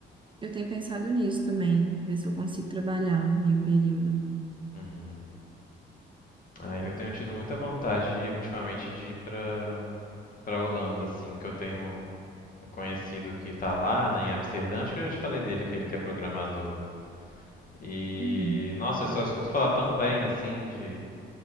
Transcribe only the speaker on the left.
uhum. Ah, eu tenho tido muita vontade ultimamente de ir pra, pra Holanda, assim, que eu tenho um conhecido que tá lá, né, em Amsterdã. Acho que eu já te falei dele, aquele que é programador. E,
nossa, eu só escuto falar tão bem, assim, de,